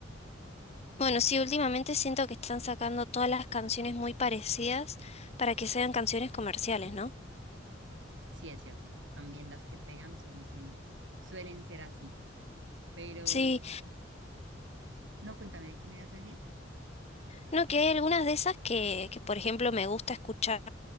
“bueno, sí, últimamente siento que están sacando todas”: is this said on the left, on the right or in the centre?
Left